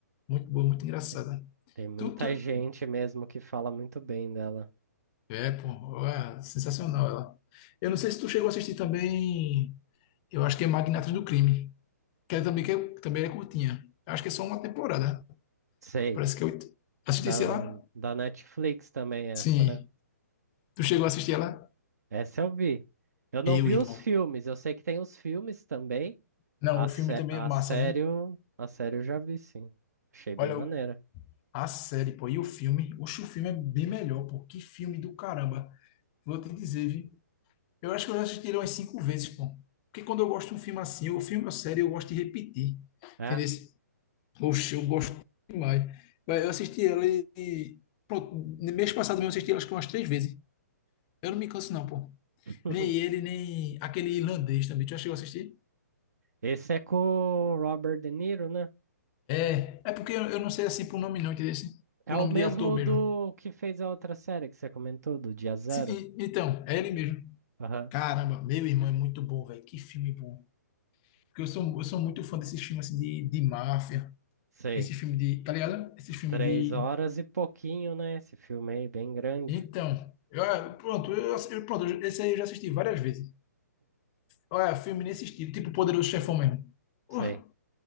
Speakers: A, on the left; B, on the right.
A: Muito boa, muito engraçada.
B: te- Tem muita
A: Tu, tu,
B: gente mesmo que fala muito bem dela.
A: É, pô, é sensacional ela. Eu não sei se tu chegou a assistir também, eu acho que é Magnatas do Crime, que é também, que é- também é curtinha. Acho que é só uma temporada.
B: Sei.
A: Parece que é oito. Assistisse
B: Da,
A: ela?
B: da Netflix também, essa,
A: Sim.
B: né?
A: Tu chegou a assistir ela?
B: Essa eu vi. Eu não
A: Eu,
B: vi
A: irmão.
B: os filmes, eu sei que tem os filmes também.
A: Não,
B: A,
A: o
B: sé
A: filme também
B: a
A: é massa,
B: série,
A: viu?
B: eu- a série eu já vi, sim. Achei bem
A: Olha,
B: maneira.
A: o- a série, pô, e o filme? Oxe, o filme é bem melhor, pô. Que filme do caramba. Vou te dizer, viu? Eu acho que eu já assisti ele umas cinco vezes, pô. Porque quando eu gosto de um filme assim, ou filme ou série, eu gosto de repetir.
B: É.
A: Entendeu? Oxe, eu gosto demais. Vai, Eu assisti ela e. Pronto, no mês passado mesmo eu assisti ela acho que umas três vezes. Eu não me canso, não, pô.
B: <laughs>
A: Nem ele, nem aquele irlandês também. Tu já chegou a assistir?
B: Esse é com o Robert De Niro, né?
A: É, é porque eu, eu não sei assim por nome, não, entendeu? Assim,
B: É
A: Por
B: o
A: nome
B: mesmo
A: de ator mesmo.
B: do que fez a outra série que você comentou, do Dia Zero.
A: Sim, e- então, é ele mesmo.
B: Aham,
A: Caramba, meu irmão é muito bom, velho. Que filme bom. Porque eu sou, eu sou muito fã desses filmes assim, de, de máfia.
B: sei.
A: Esse filme de. Tá ligado? Esse filme
B: Três
A: de.
B: horas e pouquinho, né? Esse filme aí, bem grande.
A: Então. eu- pronto, eu, eu- pronto, esse aí eu já assisti várias vezes. Olha, filme nesse estilo, tipo Poderoso Chefão mesmo. Uh,
B: Sei.